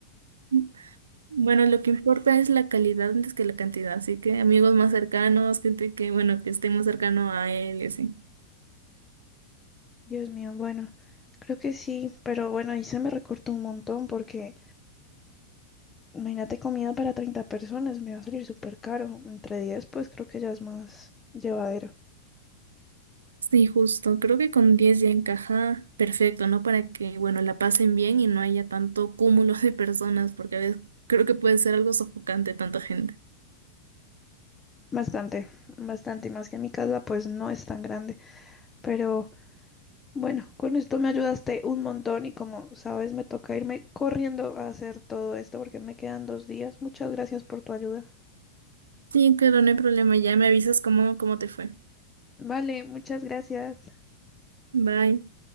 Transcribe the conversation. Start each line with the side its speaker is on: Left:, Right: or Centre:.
Right: Mm, Bueno, lo que importa es la calidad antes que la cantidad, así que amigos más cercanos, gente que, bueno, que esté más cercano a él, y así.
Left: Dios mío, bueno, creo que sí, pero bueno, ahí se me recortó un montón porque imagínate comida para 30 personas, me va a salir súper caro. Entre 10, pues creo que ya es más llevadero.
Right: Sí, justo. Creo que con 10 ya encaja perfecto, ¿no? Para que, bueno, la pasen bien y no haya tanto cúmulo de personas, porque a veces creo que puede ser algo sofocante tanta gente.
Left: Bastante, bastante, y más que mi casa, pues no es tan grande. Pero bueno, con esto me ayudaste un montón y como sabes, me toca irme corriendo a hacer todo esto porque me quedan dos días. Muchas gracias por tu ayuda.
Right: Sí, claro, no hay problema. Ya me avisas cómo, cómo te fue.
Left: Vale, muchas gracias.
Right: Bye.